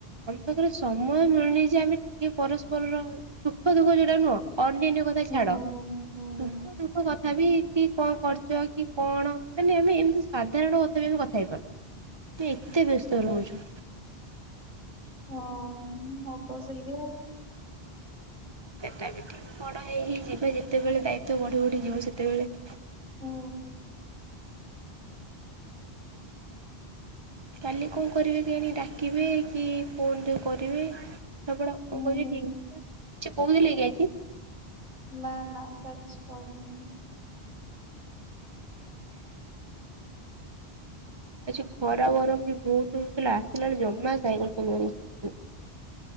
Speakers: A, on the right; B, on the right.
A: ଆମ ପାଖରେ ସମୟ ମିଳୁନି ଯେ ଆମେ ଟିକେ ପରସ୍ପରର ସୁଖ ଦୁଃଖ ଯୋଉଟା ନୁହଁ ଅନ୍ୟାନ୍ୟ କଥା
B: ହୁଁ
A: ଛାଡ।
B: ହୁଁ ହୁଁ
A: ସୁଖ ଦୁଃଖ କ ତଥାପି କି କଣ କରୁଚ କି କଣ ମାନେ ଆମେ ଏମିତି ସାଧାରଣ କଥା ବି ଆମେ କଥା ହେଇପାରୁନୁ। ଏତେ ଏତେ ବ୍ୟସ୍ତ ରହୁଚୁ।
B: ହଁ ହବ ସେଇଆ।
A: ସେଟା ବି ଠିକ୍। ବଡ ହେଇ ହେଇ ଯିବା ଯେତେବେଳେ ଦାୟିତ୍ୱ ବଢି ବଢି ଯିବ ସେତେବେଳେ
B: ହୁଁ।
A: କାଲି କଣ କରିବେ କେଜାଣି ଡାକିବେ କି ଫୋନରେ କରିବେ। ପାଠ ପଢା <unintelligible>
B: ହୁଁ
A: ଠିକ୍ ନାହିଁ ନା। କିଛି କହୁଥିଲେ କିି ଆଜି?
B: ନା ନା ସାର୍ କିଛି କହିନାହାନ୍ତି।
A: ନା କାଲି ମ୍ୟାଡାମ୍ ଙ୍କର ଅଛି ନା ସେଥିପାଇଁ। ଆଜି ଖରା ଗରମ ବି ବହୁତ ହଉଥିଲା, ଆସିଲା ବେଳେ ଜମା ସାଇକେଲ ଚଲେଇ ହଉନଥିଲା।